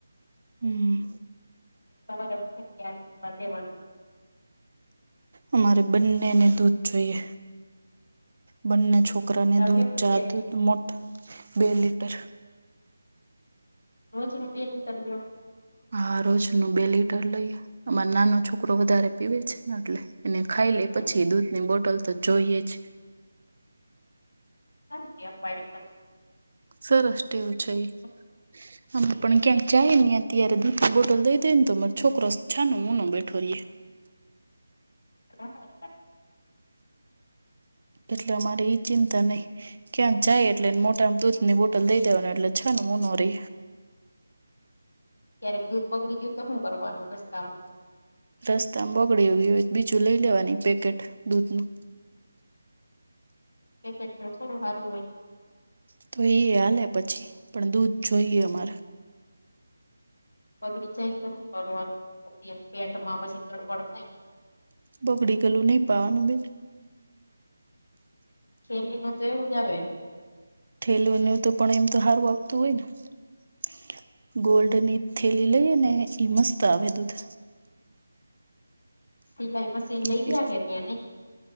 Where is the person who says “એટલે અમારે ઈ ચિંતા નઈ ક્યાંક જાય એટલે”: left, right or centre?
Right